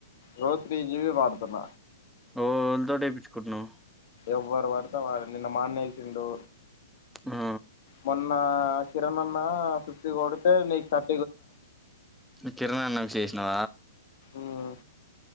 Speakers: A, on the left; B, in the centre.
A: రో త్రీ జీబి వాడుతున్న
B: ఓ ఓవల్తోని ఏపీచుకుంటున్నావ్
A: ఎవ్వరు పడితే వాళ్లు నిన్న మా అన్న ఎసిండు
B: ఆ!
A: మొన్నా కిరణన్నా సుష్ కొడితే లైక్ర్
B: కిరణ అన్న విశేష నా
A: మ్మ్